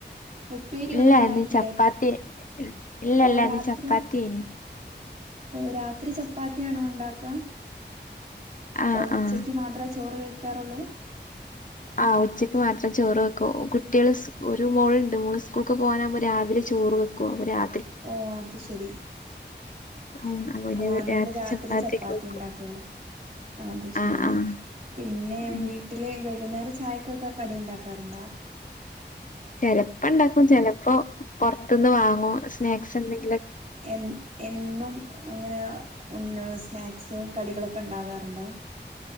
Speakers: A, on the right (about 40°); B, on the left (about 45°).
A: ഉപ്പേരി
B: ഇല്ല
A: ഒന്നും ഉണ്ടാക്കില്ലേ
B: എന്ന ചപ്പാത്തി ഇല്ല
A: ഓ
B: ഇല്ല
A: രാത്രി
B: ചപ്പാത്തിയ്നി
A: ഓ രാത്രി ചപ്പാത്തിയാണോ ഇണ്ടാക്ക ഇപ്പ
B: ആഹ്
A: ഉച്ചക്ക്
B: ആഹ്
A: മാത്ര ചോറ് കഴി ക്കാറുള്ളൂ
B: ആ ഉച്ചയ്ക്ക് മാത്രം ചോറ് വെക്കും കുട്ടികള് ഒരു മോൾണ്ട് മോള് സ്കൂൾക്ക് പോകാനാവകുമ്പോ രാവിലെ ചോറ് വെക്കും പ്പോ രാ
A: ഓ അത് ശരി
B: ഉം അപ്പൊ പിന്നെ
A: ആ അതുകൊണ്ട് രാത്രി
B: ചപ്പാത്തിയൊക്കെ
A: ചപ്പാത്തി
B: വെക്കും
A: ഉണ്ടാക്കുക അത് ശരി
B: ആഹ് ആഹ്
A: പിന്നെ
B: ഉം
A: വീട്ടില് വൈകുന്നേ ചായക്കൊക്കെ കടിയുണ്ടാക്കാറുണ്ടാ
B: ചിലപ്പോ ഇണ്ടാക്കും ചിലപ്പോ പുറത്തുന്ന് വാങ്ങോ സ്നാക്സ് ക്കന്തെ
A: എ എന്നും അങ്ങനെ ഉ സ്നാക്സ് കടികളൊക്കെ ഉണ്ടാവാറുണ്ടോ